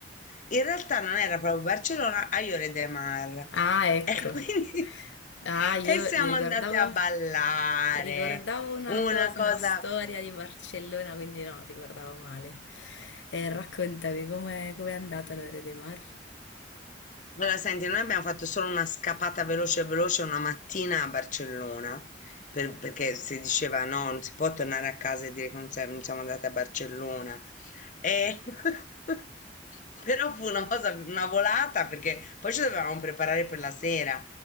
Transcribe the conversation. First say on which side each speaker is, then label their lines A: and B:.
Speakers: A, on the left; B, on the left.
A: In realtà non era proprio Barcellona, a Lloret de Mar.
B: Ah, ecco.
A: E quindi
B: Ah,
A: <laughs>
B: io,
A: e siamo
B: io ricordavo,
A: andate a ballare,
B: ricordavo una
A: una
B: cosa,
A: cosa
B: una storia di Barcellona, quindi no, ricordavo male. Eh, raccontami com'è, com'è andata l'Ore dei Mar
A: Allora, senti, noi abbiamo fatto solo una scappata veloce veloce una mattina a Barcellona, per- perché si diceva no, non si può tornare a casa e dire che non, si- non siamo andate a Barcellona. E... <laughs> Però fu una cosa, una volata, perché poi ci dovevamo preparare per la sera,